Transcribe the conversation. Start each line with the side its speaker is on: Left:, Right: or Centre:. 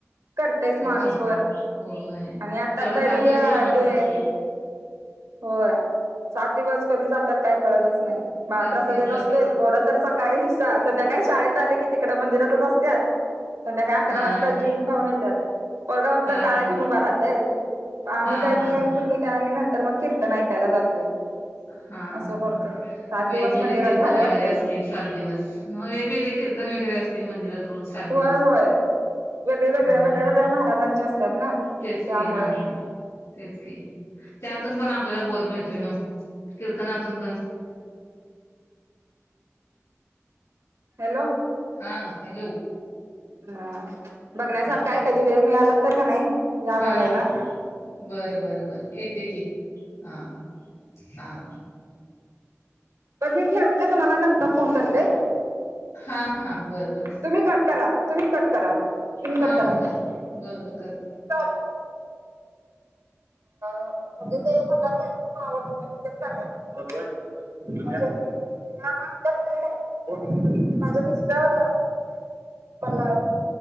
Right: करतेच माणूस
Left: इच्छिन होय
Right: आणि आता
Left: तेवढं
Right: तरी
Left: सात दिवस
Right: अ
Left: छान वाटत
Right: ते
Left: असतील.
Right: होय सात दिवस कधी जातात काय कळतच नाही. महाप्रसाद
Left: तेच की
Right: एक
Left: प्रस
Right: असतोय पोर तर सकाळी संध्याकाळी शाळेत आले की तिकड मंदिरातच असत्यात. संध्याकाळी अकरा
Left: हा
Right: वाजता
Left: हा
Right: जेऊ नं खाऊन येत्यात पोरगा आमचा
Left: हा
Right: टाळ
Left: हा
Right: घेऊन उभा राहतेय आम्ही
Left: हा
Right: काही
Left: हा
Right: मी
Left: हा
Right: आणि पोरगी त्या म नंतर मग कीर्तन ऐकायला जातोय.
Left: हा
Right: असं
Left: हा
Right: करतोय.
Left: हा
Right: सात
Left: वेगवेगळी
Right: दिवस मंदिरात
Left: कीर्तन
Right: भारी
Left: वगैरे
Right: वाटतय
Left: असतील. सात दिवस मग वेगवेगळे कीर्तन वगैरे असतील मंदिरात रोज. सात दिवस
Right: होय होय वेगळवेेगळ्या
Left: हा
Right: वेगळ्या
Left: हा
Right: वेगळ्या महाराजांच्या असतात ना
Left: तेच
Right: त्यामुळं.
Left: की हा हा तेच की त्यातून पण आपल्याला बोध मिळतोय नवं. कीर्तनातून पण.
Right: हॅलो
Left: हा हॅलो
Right: ह बघण्यासारख
Left: हा
Right: आहे कधी वेळ मिळाला तर का नाही या
Left: हा
Right: बघायला.
Left: हा बरं बरं बरं येते की हा हा हा हा.
Right: बर मी ठेवते तुम्हाला नंतर फोन करते.
Left: हा हा बर बर.
Right: तुम्ही कट करा तुम्ही कट करा. तुम्ही
Left: हा
Right: कट करा
Left: हा कर बर बर करते.
Right: सर म्हणजे ते मतदार यादीत नाव नोंदवायचं चालाय ना, म्हणजे. हा म <unintelligible> आहे माझे मिस्टर मला